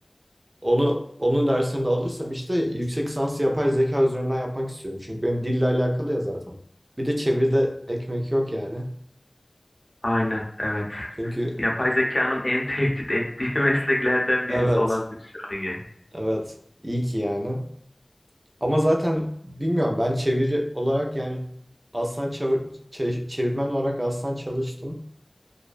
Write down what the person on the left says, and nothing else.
Aynen, evet.
Yapay zekanın en tehdit ettiği <laughs> mesleklerden
birisi olabilir şu an ya.